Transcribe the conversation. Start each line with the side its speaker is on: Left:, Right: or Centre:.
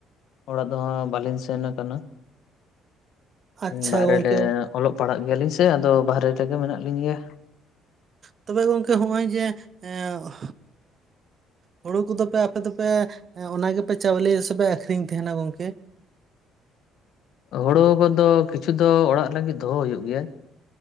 Left: ᱚᱲᱟᱜ ᱫᱚ ᱦᱟᱸᱜ ᱵᱟᱞᱤᱝ ᱥᱮᱱ ᱠᱟᱱᱟ
Right: ᱟᱪᱪᱷᱟ
Left: ᱵᱟᱦᱨᱮ
Right: ᱜᱚᱝᱠᱮ
Left: ᱞᱮ ᱚᱞᱚᱜ ᱯᱟᱲᱦᱟᱜ ᱜᱮᱭᱟᱞᱤᱧ ᱥᱮ ᱟᱫᱚ ᱵᱟᱨᱦᱨᱮ ᱨᱮᱜᱮ ᱢᱮᱱᱟᱜ ᱞᱤᱧ ᱜᱮᱭᱟ᱾
Right: ᱛᱚᱵᱮ ᱜᱚᱝᱠᱮ ᱦᱚᱜᱼᱚᱭ ᱡᱮ ᱮᱜ ᱚᱜ ᱦᱩᱲᱩ ᱠᱚᱫᱚᱯᱮ ᱟᱯᱮ ᱫᱚᱯᱮ ᱚᱱᱟᱜ ᱜᱮᱯᱮ ᱪᱟᱣᱞᱮ ᱥᱮᱯᱮ ᱟᱠᱷᱨᱤᱧ ᱛᱟᱦᱮᱱᱟ ᱜᱚᱝᱠᱮ
Left: ᱦᱳᱲᱳ ᱠᱚᱫᱚ ᱠᱤᱪᱷᱩ ᱫᱚ ᱚᱲᱟᱜ ᱞᱟᱹᱜᱤᱫ ᱫᱚᱦᱚ ᱦᱳᱭᱳᱜ ᱜᱮᱭᱟ᱾